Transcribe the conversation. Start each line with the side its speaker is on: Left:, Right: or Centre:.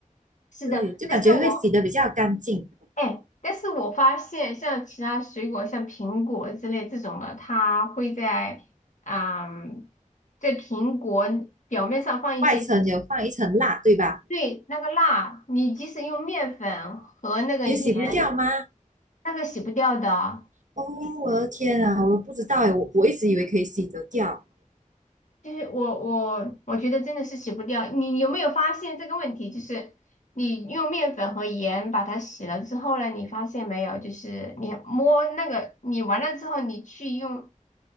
Left: 是的，
Right: 对，就感觉会洗的比较干净，
Left: 但是我哎，但是我发现像其他水果，像苹果之类这种的，它会在啊、在苹果表面上放一些
Right: 外层有放一层蜡，对吧？
Left: 对那个蜡，你即使用面粉和那个盐，
Right: 也洗不掉吗？
Left: 那个洗不掉的。
Right: 哦，我的天啊，我不知道哎，我我一直以为可以洗得掉，
Left: 就是我我我觉得真的是洗不掉。你你有没有发现这个问题？就是你用面粉和盐把它洗了之后呢，你发现没有？就是你摸那个，你完了之后，你去用